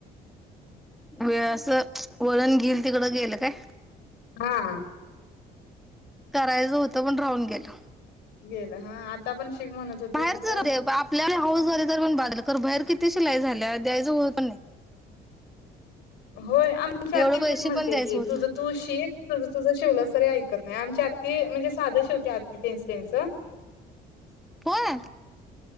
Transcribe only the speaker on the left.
हा
गेलं हा आता पण शिक म्हणत होती
तिथं
होय आमच्या आत्ती
तेच म्हणते
की
तुझं
तू शिक तुझं तुझ शिवलीस तरी ऐक नाही आमच्या आत्ती म्हणजे साधं शिवते आत्ती त्यांच त्याचं